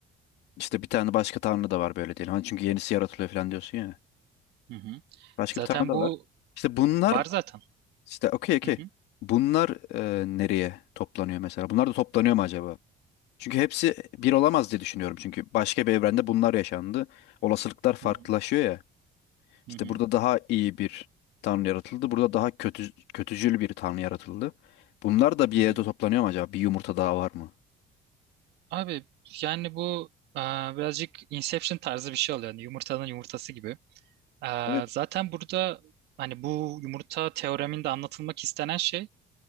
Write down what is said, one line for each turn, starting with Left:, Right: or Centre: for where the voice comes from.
Left: İşte bir tane başka Tanrı da var böyle diyelim. Hani çünkü yenisi yaratılıyor falan diyorsun ya.
Right: hı hı.
Left: Başka
Right: Zaten
Left: bir Tanrı da
Right: bu
Left: var. İşte bunlar
Right: var zaten.
Left: işte okey okey.
Right: Hı hı.
Left: Bunlar e, nereye toplanıyor mesela? Bunlar da toplanıyor mu acaba? Çünkü hepsi bir olamaz diye düşünüyorum. Çünkü başka bir evrende bunlar yaşandı. Olasılıklar farklılaşıyor
Right: Hı hı,
Left: ya. İşte
Right: hı hı,
Left: burada daha iyi bir tanrı yaratıldı. Burada daha kötü, kötücül bir tanrı yaratıldı. Bunlar da bir yerde
Right: hı hı.
Left: toplanıyor mu acaba? Bir yumurta daha var mı?
Right: Abi yani bu e, birazcık Inception tarzı bir şey oluyor. Yani yumurtanın yumurtası gibi. E,
Left: Evet.
Right: zaten burada hani bu yumurta teoreminde anlatılmak istenen şey